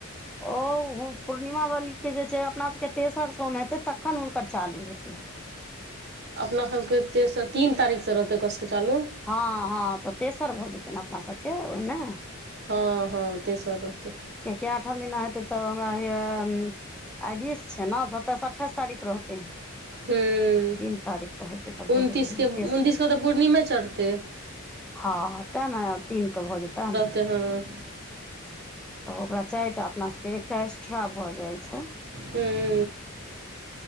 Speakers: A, in the centre; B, on the right.
A: ओ हू पूर्णिमा वालीके जे छै अपना सबके तेसर सोम हेतै तखन हुनकर चालू हेतै।
B: अपना सबके तेसर तीन तारीखसँ रहतै ओकर सबके चालू।
A: हँ-हँ तऽ तेसर भऽ जेतै न अपना सबके ओहिमें।
B: हँ-हँ तेसर रहतै।
A: कियाकि आठम दिना हेतै तऽ हमरा होएय आइ बीस छै न सत्ताइस अठाइस तारीख रहतेै।
B: हूँ
A: तीन तारीख क हेतै तऽ भऽ
B: उनतीसके
A: गेलै न
B: उनतीसके
A: तेसर।
B: तऽ पूर्णिमे चढ़तै
A: हँ-हँ तें ने आब तीन क भऽ जेतनि।
B: त हँ
A: तऽ ओकरा चारिटा अपना सबके एकटा एक्स्ट्रा भऽ जाइ छै।
B: हम्म